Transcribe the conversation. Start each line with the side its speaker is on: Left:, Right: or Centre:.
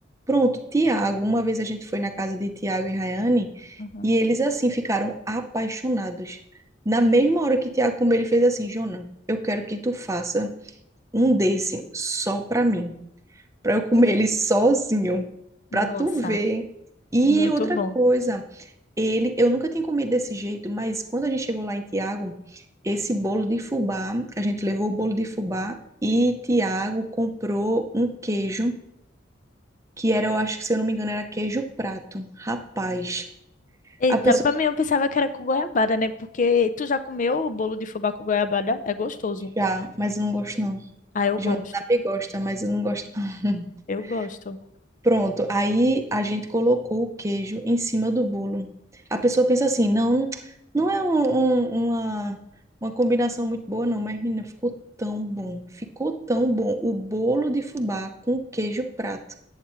Right: Pronto, Tiago, uma vez a gente foi na casa de Tiago e Rayane
Left: Uhum.
Right: e eles assim ficaram apaixonados. Na mesma hora que Tiago comeu, ele fez assim, Jona, eu quero que tu faça um desse só pra mim, pra eu comer ele sozinho, pra
Left: Nossa,
Right: tu ver. E
Left: muito
Right: outra
Left: bom.
Right: coisa, ele, eu nunca tinha comido desse jeito, mas quando a gente chegou lá em Tiago, esse bolo de fubá, a gente levou o bolo de fubá e Tiago comprou um queijo que era, eu acho que se eu não me engano, era queijo prato. Rapaz,
Left: Eita,
Right: a pessoa
Left: pra mim eu pensava que era com goiabada, né? Porque tu já comeu o bolo de fubá com goiabada? É gostoso.
Right: já, mas eu não gosto não.
Left: Ah, eu
Right: Jonathan
Left: gosto.
Right: me gosta, mas eu não gosto não.
Left: Eu gosto.
Right: <laughs> Pronto, aí a gente colocou o queijo em cima do bolo. A pessoa pensa assim, não, não é um- um- uma, uma combinação muito boa não, mas menina, ficou tão bom, ficou tão bom. O bolo de fubá com queijo prato.